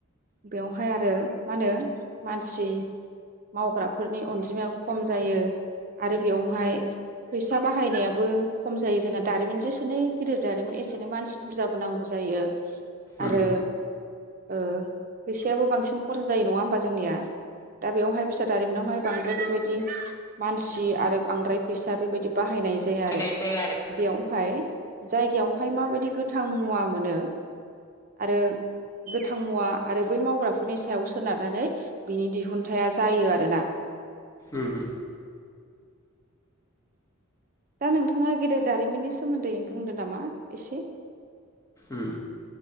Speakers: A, on the right (about 40°); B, on the left (about 15°).
A: बेवहाय आरो माहोनो मानसि मावग्राफोरनि अनजिमायाबो खम जायो। आरो बेयावहाय फैसा बाहायनायाबो खम जायो जोंना दारिमिन जोंना जेसेनो गिदिर दारिमिन एसेनो मानसि बुरजाबोनांगौ जायो
B: उम
A: आरो ओ फैसायाबो बांसिन खरज जायो नङा होमबा जोंनिया? दा बेवहाय फिसा दारिमिनावहाय बांद्राय बेबायदि मानसि आरो बांद्राय फैसा बेबायदि बाहायनाय जाया
B: बांद्राय
A: आरो
B: बेबायदि बाहायनाय जाया आरो
A: बेयावहाय जायगायावहाय माबायदि गोथां मुवा मोनो आरो गोथां मुवा आरो बै मावग्राफोरनि सायाव सोनारनानै बिनि दिहुनथाइया जायो आरोना।
B: उम
A: दा नोंथाङा गेदेर दारिमिननि सोमोन्दै बुंदो नामा एसे?
B: ओम